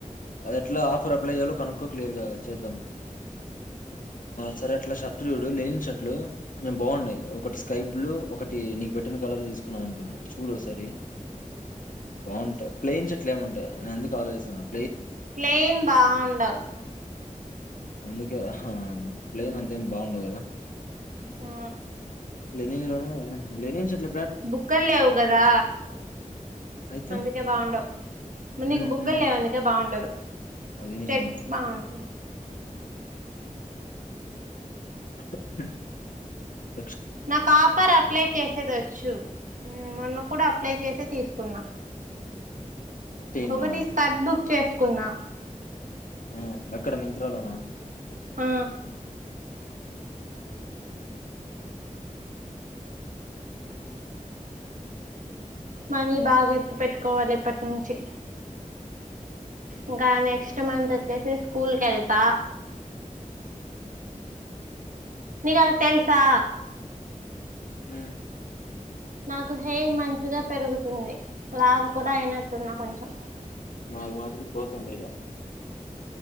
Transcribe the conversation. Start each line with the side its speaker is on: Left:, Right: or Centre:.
Left: అది ఎట్లా ఆఫర్ అప్లై చేయాలో కనుక్కో క్లియర్ గా చేద్దాం సరే అట్లా ష. లెనిన్ షర్ట్లు కొంచెం <unintelligible> బాగున్నాయి ఒకటి స్కై బ్లూ ఒకటి నీకు పెట్టిన కలర్ తీసుకున్నాం అనుకున్నాను చూడసారి బాగుంటా ప్లెయిన్ చె ఇట్లే ఉంటే నేనెందుకు ఆలోచిస్తున్నాను
Right: ప్లైన్ బాగుండవు
Left: అందుకే హ ప్లేన్ అంతేం బాగుండవు కదా
Right: ఆ
Left: ప్లైన్ లోనేెనిన్ చెట్
Right: బుగ్గలు లేవు కదా
Left: అయితే
Right: అందుకే బాగుండవు నీకు
Left: ఉమ్
Right: బుగ్గలు
Left: ఉమ్
Right: లేవు అందుకే బాగుం లేదు
Left: అది నిజమే
Right: చెక్స్ బాగుంటాది
Left: అ <unintelligible>
Right: నాకు ఆఫర్ అప్లై చేసేది వచ్చు మొన్న కూడా అప్లై చేసే తీసుకున్నా
Left: చైన్
Right: ఒకటి
Left: లోనా
Right: స్క చేసుకున్నా
Left: ఆ ఎక్కడ మింత్రాలోనా
Right: ఆ మనీ బాగా ఎత్తు పెట్టుకోవాలి ఇప్పటి నుంచి ఇంకా నెక్స్ట్ మంత్ వచ్చేసి స్కూల్ క కెళ్త నీకోటి తెలుసా
Left: హ్మ్
Right: నాకు హెయిర్ మంచిగా పెరుగుతుంది లావ్ కూడా అయినట్టున్నా కొంచెం
Left: నాగ్ మాత్రం పోతాంది ఇగా